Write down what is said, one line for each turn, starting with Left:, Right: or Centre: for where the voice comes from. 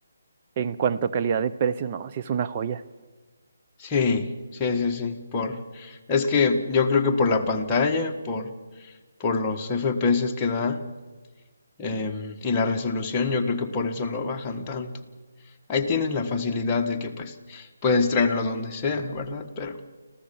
Right: en cuanto a calidad de precio, no, sí es una joya.
Left: sí, sí, sí, sí, por, es que yo creo que por la pantalla, por, por los FPS que da em, y la resolución, yo creo que por eso lo bajan tanto. Ahí tienes la facilidad de que pues puedes traerlo donde sea, ¿verdad? Pero